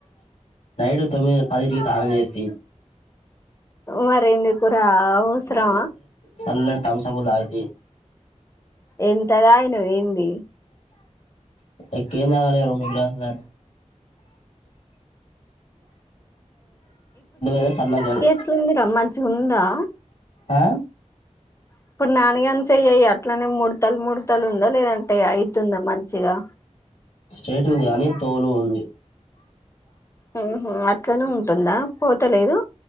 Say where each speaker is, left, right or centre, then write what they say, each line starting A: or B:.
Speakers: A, on the left; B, on the left.
A: నైట్ తొమ్మిది, పది ఇంటికి తాళం వేసి
B: మరెందుకురా అవసరమా
A: సన్నటి తాగు సాంబాల్డి
B: ఎంత తాగినవ్ ఏంది
A: ఎక్కువేం తాగలే ఎంట మీ సలాకారు
B: ఎట్లుంది ర మంచిగ ఉందా
A: ఆ
B: ఇప్పుడు ఇంకాన చెయ్యి ఎయ్ అట్లనే ముడతలు ముడతలు ఉందా లేదంటే అయితుందా మంచిగా
A: స్ట్రేట్ ది కానీ తోలు ఉంది.
B: ఓహో అట్లనే ఉంటుందా పోతలేదు.